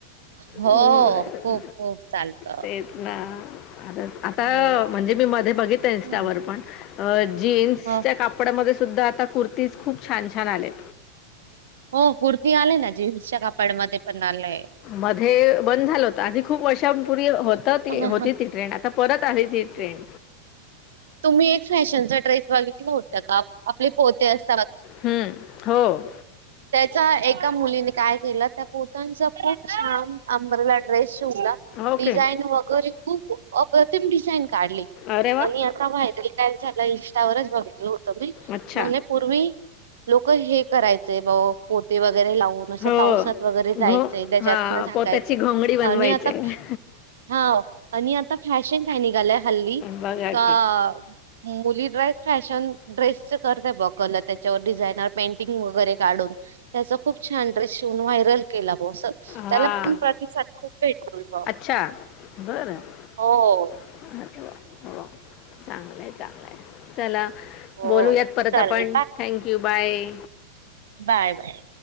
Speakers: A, on the right; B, on the left.
A: हो,
B: ह्
A: खूप खूप चालतं.
B: तेच ना. आता आता
A: हो.
B: म्हणजे मी मध्ये बघित इनस्टावर
A: हं.
B: पण जीन्सच्या
A: हो,
B: कापडमध्ये सुद्धा आता कुर्तीज खूप छान छान आलेत.
A: हो कुर्ती आले ना जीन्सच्या कापडमध् येध्ये पण आलंय.
B: मध्ये बंद झालं होत आधी खूप वर्षांपूर्वी होत
A: हा,
B: होती
A: हा.
B: ती ट्रेन आता परत आली ती ट्रेन.
A: तुम्ही एक फॅशनचा ड्रेस बघितल होत का आपले पोते अस.
B: हम्म हो.
A: चाय एका मुली काय केलं त्या पोतांचा खूप छान अंब्रेला ड्रेस शिवाला
B: ओके.
A: डिझाईन वगैरे खूप अप्रतिम डिझाईन काढली
B: अरे वाह!
A: आणि आ फायनली काय झालं इनस्टावरच बघितलं होतं मी
B: अच्छा.
A: म्हणे पूर्वी लोक हे करायचे ब पोते वग वगैरे लावून असं
B: हो.
A: पावसात वगैरे जायचे
B: घो
A: त्याच्यातन
B: हां,
A: झाकायचे
B: पोत्याची घोंगडी बनवायची
A: आणि आता
B: आहे.
A: हा आणि आता फॅशन काय निघाल्या हल्ली
B: बघा
A: गा. आ
B: की.
A: मुली ड्रेस फॅशन ड्रेस. सकरतय बघ कलर त्याच्यावर डिझायनर पेंटिंग वगैरे काढून हे अस खूप छान ड्रेस शिवून व्हायरल केला बघ अस
B: हां.
A: त्याला पण प्रतिसाद खूप भेट होय का?
B: अच्छा. बरं.
A: हो हो हो.
B: वा वा चांगलंय चांगलंय चला
A: हो
B: बोलूयात परत
A: चालेल
B: आपण thank you bye.
A: Bye bye.